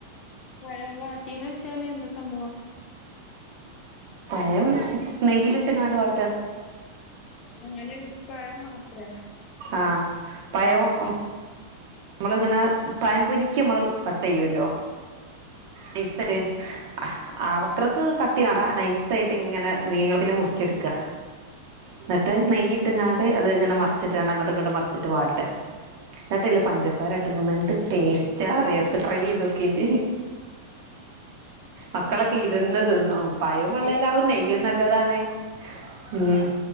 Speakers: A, on the left (about 25°); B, on the right (about 50°).
A: പഴം വാട്ടി എന്ന് വെച്ചാല് എന്താ സംഭവം
B: പഴം നെയ്യിലിട്ട് ക്കാണ്ട് വാട്ട
A: ഇങ്ങനെ പഴം മാത്രാ
B: ആഹ് പയോം ഒ ഇമ്മള് ഇങ്ങനെ പയം പൊരിക്ക് ഇമ്മള് കട്ടെയ്യുല്ലോ നൈസ്സെ റ്റ്
A: ഉം
B: അ ആവത്രക്ക് കട്ടി വേണ്ടാ
A: ഉം
B: നൈസൈറ്റ് ട്ടിങ്ങനെ നീളത്തില് മുറിച്ച്ട്ക്ക ഇന്ന്ട്ട് നെയ്യ് ഇട്ട്ങ്ങാണ്ട് അത് ഇങ്ങനെ
A: അതെ.
B: മറിച്ച്ട്ട്കാണ്ട് അങ്ങട്ടും ഇങ്ങട്ടും മറിച്ച്ട്ട് വാട്ട്അ ഇന്ന്ട്ട്ള്ള പഞ്ചസാര ഇട്ട് തിന്ന്എന്നെ ട്ട്
A: ഉം,
B: ടേസ്റ്റാ
A: ഉം.
B: അറിയോ ഇത് ട്രൈയീതോക്കീണ്ട് മക്കളെക്കെ
A: അതെ.
B: ഇരുന്ന് തിന്നും പയും
A: ഗ്രേപ്പ്
B: പള്ളേലാവുനെയ്യും നല്ലതാണ് ഉം